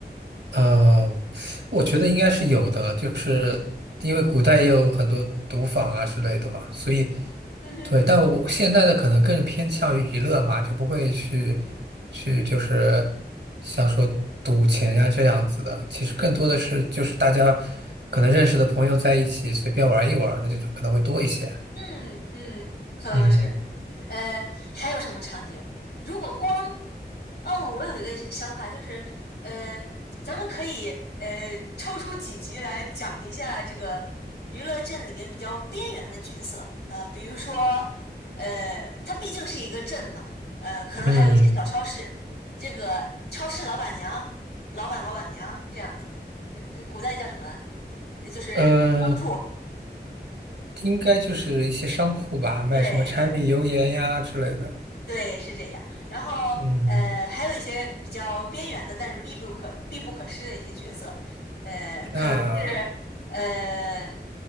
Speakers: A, on the right; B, on the left.
A: 呃，我觉得应该是有的，就是因为古代也有很多赌坊啊之类的嘛，所以
B: 嗯哼，
A: 对，但我现在的可能更偏向于娱乐嘛，就不会去去就是像说赌钱呀这样子的，其实更多的是就是大家可能认识的朋友在一起随便玩一玩儿的这种可能会多一些。
B: 嗯嗯，可能是。
A: 嗯
B: 呃，还有什么场景？如果光，嗯，我有一个想法，就是，呃，咱们可以呃抽出几集来讲一下这个娱乐镇里面比较边缘的角色，呃，比如说，呃，它毕竟是一个镇嘛，呃，可能还有一些小超市，
A: 嗯
B: 这个超市老板娘、老板老板娘这样子，嗯，古代叫什么？就是商铺，
A: 呃，应该就是一些商铺吧，卖什么柴米油盐呀之类的。
B: 对对。对，是这样。然后，
A: 嗯，
B: 呃，还有一些比较边缘的，但是必不可必不可失的一些角色，呃，
A: 那。
B: 可能是呃，